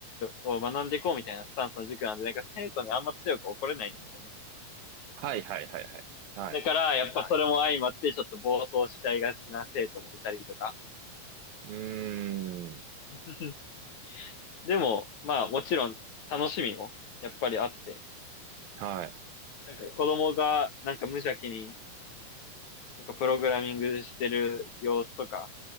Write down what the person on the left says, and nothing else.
を学んでいこうみたいなスタンスの塾なんで、なんか生徒にあんま強く怒れないんですよね。
だから、やっぱそれも相まって、ちょっと暴走しちゃいがちな生徒もいたりとか。
<laughs> でも、まあ、もちろん、楽しみも、やっぱりあって、
なんか子供が、なんか無邪気に、なんかプログラミングしてる様子とか、